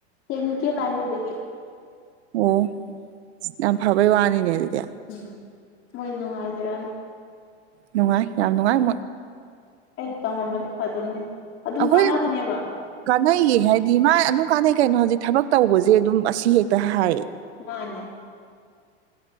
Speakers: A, on the left; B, on the right.
A: ꯇꯦꯛꯅꯤꯀꯦꯜ ꯂꯥꯏꯟ ꯑꯣꯏꯕꯒꯤ
B: ꯑꯣ ꯌꯥꯝ ꯐꯕꯩ ꯋꯥꯅꯤꯅꯦ ꯑꯗꯨꯗꯤ
A: ꯎꯝ ꯃꯣꯏ ꯅꯨꯡꯉꯥꯏꯖꯔꯝ
B: ꯅꯨꯡꯉꯥꯏ ꯌꯥꯝ ꯅꯨꯡꯉꯥꯏ ꯃ‌ꯣꯏ
A: ꯑꯩꯁꯨ ꯇꯝꯃꯝꯃꯗꯤ ꯐꯗꯧꯅꯤ ꯑꯗꯨꯝ
B: ꯑꯩꯈꯣꯏꯅ
A: ꯀꯥꯟꯅꯕꯅꯦꯕ
B: ꯀꯥꯟꯅꯩꯌꯦ ꯍꯥꯏꯗꯤ ꯃꯥ ꯑꯗꯨꯝ ꯀꯥꯟꯅꯩ ꯀꯩꯅꯣ ꯍꯧꯖꯤꯛ ꯊꯕꯛ ꯇꯧꯕꯖ‌ꯦ ꯑꯗꯨꯝ ꯑꯁꯤ ꯍꯦꯛꯇ ꯍꯥꯏꯌꯦ
A: ꯃꯥꯅꯦ